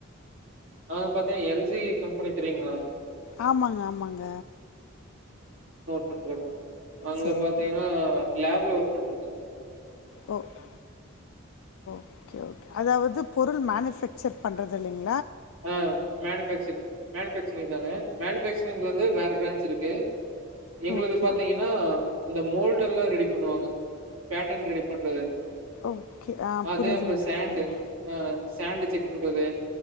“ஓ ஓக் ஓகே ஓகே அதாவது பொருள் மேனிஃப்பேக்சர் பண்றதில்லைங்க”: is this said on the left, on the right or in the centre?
Left